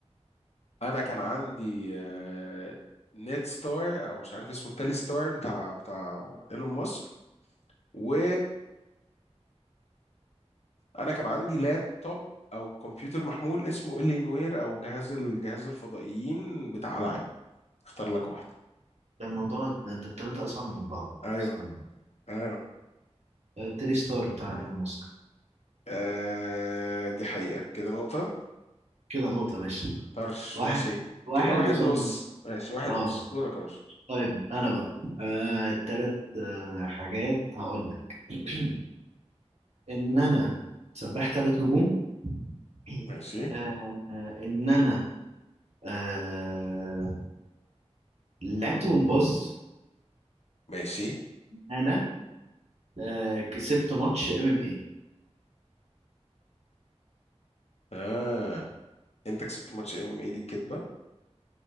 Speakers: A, on the left; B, on the right.
A: انا كان عندي آه نت ستار او مش عارف اسمه التالي ستار بتاع بتاع ايلون ماسك و انا كان عندي لابتوب او كمبيوتر محمول اسمه الينوير او جهاز الجهاز الفضائيين بتاع العاب اختار لك واحده
B: ده الموضوع ده انت التلاتة أصعب من بعض
A: ايوه
B: استنى
A: ايوه
B: آه، تري ستار بتاع ايلون ماسك
A: آه دي حقيقه كده نقطه
B: كده نقطة يا باشا
A: طرش
B: واحد
A: ماشي
B: واحد
A: كده واحد
B: قصاد
A: نص
B: نص
A: ماشي واحد
B: اه
A: نص دورك يا باشا
B: طيب انا بقى آه التلات آه حاجات هقول لك <clears throat> ان انا سباح تلات نجوم <clears throat>
A: ماشي
B: آه آه، ان انا آه لعبت جمباز
A: ماشي
B: انا آه كسبت ماتش ام ام اي
A: اه انت كسبت ماتش ام ام اي دي كدبه